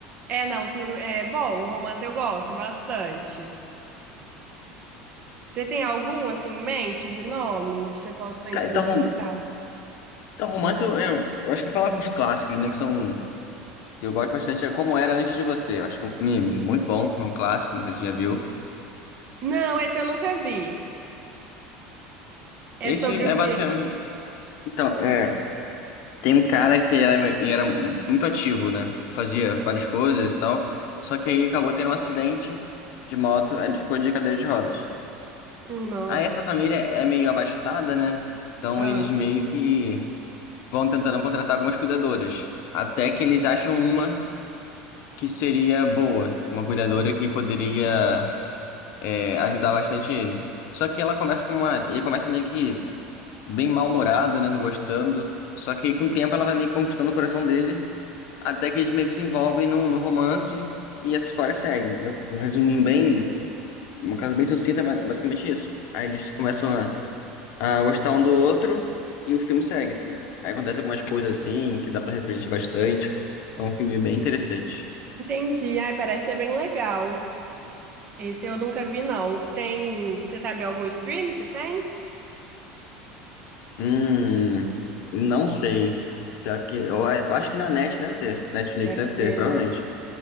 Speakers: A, on the right; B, on the left.
A: É, não, o filme é bom, o romance eu gosto bastante. Você tem algum assim em mente de nome que você possa estar
B: Cara,
A: indicando
B: então,
A: pra
B: rom-
A: legal?
B: então romance eu, eu, eu acho que eu vou falar com os clássicos, né? Que são. Que eu gosto bastante, é Como Era Antes de Você. Eu acho que é um filme muito bom, é um clássico, não sei se você já viu.
A: Não, esse eu nunca vi. É
B: Esse
A: sobre
B: é
A: o quê?
B: basicamente. Então, é. Tem um cara que era, ele era muito ativo, né? Fazia várias coisas e tal. Só que aí acabou tendo um acidente de moto, aí ele ficou de cadeira de rodas.
A: Hum, Nossa.
B: Aí essa família é meio abastada, né? Então
A: Ah,
B: eles meio que vão tentando contratar algumas cuidadoras. Até que eles acham uma que seria boa, uma cuidadora que poderia é, ajudar bastante ele. Só que ela começa com uma. Ele começa meio que bem mal-humorado, né? Não gostando. Só que aí, com o tempo ela vai meio que conquistando o coração dele. Até que eles meio que se envolvem num, num romance e essa história segue, entendeu? Um resuminho bem, uma coisa bem sucinta, mas basicamente isso. Aí eles começam a, a gostar um do outro e o filme segue, entendeu? Aí acontece algumas coisas assim que dá pra refletir bastante. É um filme bem interessante.
A: entendi. Ai, parece ser bem legal. Esse eu nunca vi, não. Tem. Você sabe algum stream que tem?
B: Hum, não sei. Pior que, eu, a- eu acho que na Net deve ter. Netflix
A: Deve
B: deve
A: ter,
B: ter, provavelmente.
A: né?